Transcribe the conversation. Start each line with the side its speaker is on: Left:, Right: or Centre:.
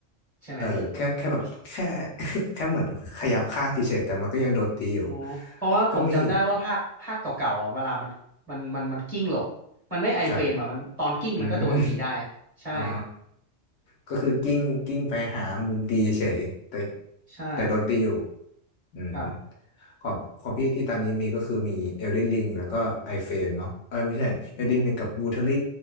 Right: ใช่ไหมพี่
Left: เออแค่แค่แบบแค่ <laughs> แค่เหมือนขยับข้างเฉยๆแต่มันก็ยังโดนตีอยู่
Right: อ๋อเพราะว่าผมจำได้ว่าภาคภาคเก่าๆอ่ะเวลามันมันมันมันกิ้งหลบมันไม่ไอเฟรมอ่ะมันตอนกิ้งมันก็โดนตีได้
Left: ก็มีครับอืม <laughs>
Right: ใช่
Left: อ๋อ ก็คือกิ้งกิ้งไปหามุมตีเฉยๆแต่
Right: ใช่
Left: แต่โดนตีอยู่อืม
Right: ครับ
Left: ของของพี่ที่ตอนนี้มีก็คือมี Elden Ring แล้วก็ iFrame เนาะเออไม่ใช่ Elden
Right: อืม
Left: Ring กับ Watery